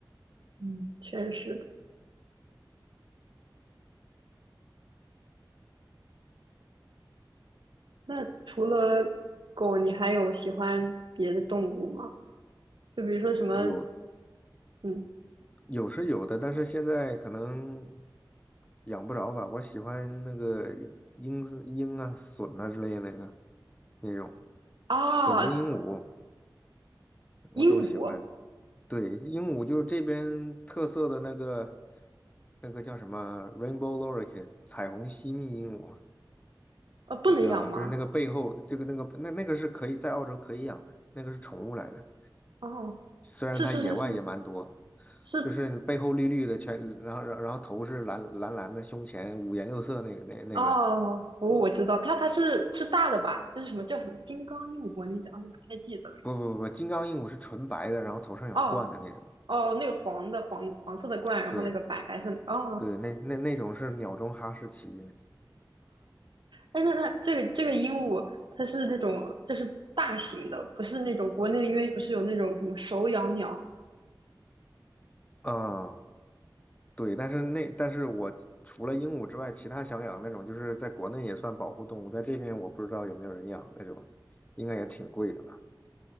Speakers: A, on the right; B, on the left.
A: 嗯，确实。那除了狗，你还有喜欢别的动物吗？就比如说什么？
B: 有
A: 嗯，
B: 有是有的，但是现在可能养不着吧。我喜欢那个鹰子鹰啊、隼啊之类的那个那种
A: 啊，
B: 隼跟鹦鹉，我都喜欢。
A: 鹦鹉，
B: 对，鹦鹉就是这边特色的那个，那个叫什么 Rainbow l o r i k e 彩虹吸蜜鹦鹉，
A: 啊，不能养吗？
B: 你知道吧？就是那个背后这个那个那那个是可以在澳洲可以养的，那个是宠物来的。
A: 哦，
B: 虽然它野外也蛮多，
A: 是是是是是，
B: 就是背后绿绿的全，然后然后然后头是蓝蓝蓝的，胸前五颜六色那个那那个，
A: 哦，我我知道，它它是是大的吧？就是什么叫什么金刚鹦鹉，国内叫，哎，不太记得了。
B: 不不不，金刚鹦鹉是纯白的，然后头上有冠的那种。
A: 哦哦，那个黄的黄黄色的冠，然后那个白白色的，
B: 对
A: 哦，
B: 对，那那那种是鸟中哈士奇。
A: 哎，那那这个这个鹦鹉，它是那种就是大型的，不是那种国内因为不是有那种什么手养鸟
B: 嗯，对，但是那但是我除了鹦鹉之外，其他想养那种就是在国内也算保护动物，在这边我不知道有没有人养那种，应该也挺贵的吧？